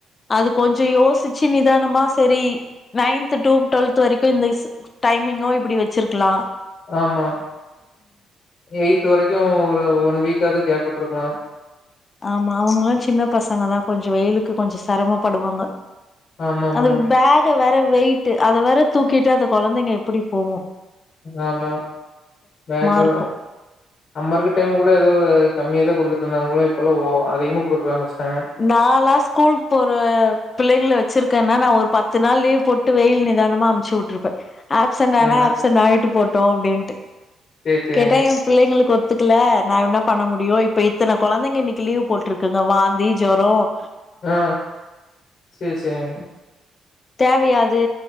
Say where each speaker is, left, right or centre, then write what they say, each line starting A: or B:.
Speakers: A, on the left (about 35°); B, on the left (about 50°).
A: அது கொஞ்சம் யோசிச்சு நிதானமா செரி நைன்த் டூ டுவெல்த் வரைக்கும் இந்த டைமிங்கோ இப்டி வச்சிருக்கலாம்
B: ஆமா எயித் வரைக்கும் ஒரு ஒன் வீக்காவது கேப்புவிட்டுருக்கலாம்
A: ஆமா அவங்கல்லாம் சின்ன பசங்க தான் கொஞ்சம் வெயிலுக்கு கொஞ்சம் சிரமப்படுவாங்க
B: ஆமா ஆமாங்க
A: அதுங்கபேக்வேற வெயிட்டு அதை வேற தூக்கிட்டு அத கொழந்தைங்க எப்டி போமோ
B: ஆமா பேக்கு
A: இருக்கு
B: நம்ம இருக்க டைம் கூட ஏதோது கம்மிய தான் கொடுத்துட்டு இருந்தாங்கங்களோ இப்பல்லாம் அதிகமாகொடுக்க ஆரம்பிச்சிட்டாங்க
A: நாளா ஸ்கூலு போற புள்ளைங்கள வச்சிருக்கே மேம் நான் ஒரு பத்து நாள் லீவ் போட் டு வெயில் நிதானமா அமுச்சு விட்டுருப்பேன் ஆப்சன்ட் ஆனா
B: ஆமா
A: ஆப்சன்ட் ஆகிட்டு போட்டோம் அப்டின்ட்டு
B: சேரி சேரிங்க
A: கேட்டேன் புள்ளைங்களுக்கு ஒத்துக்கல நான் என்ன பண்ண முடியும் இப்ப இத்தனை கொழந்தைங்க இன்னைக்கு லீவ் போட்டிருக்குங்க வாந்தி ஜுரம்
B: ஆ செரி செரிங்க
A: தேவையாது